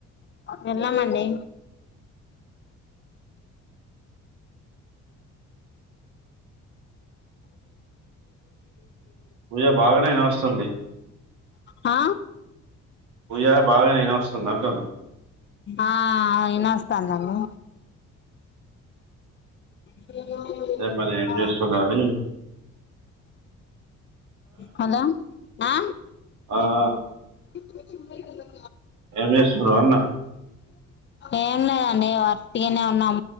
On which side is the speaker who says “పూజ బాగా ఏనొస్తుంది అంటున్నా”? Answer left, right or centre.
Right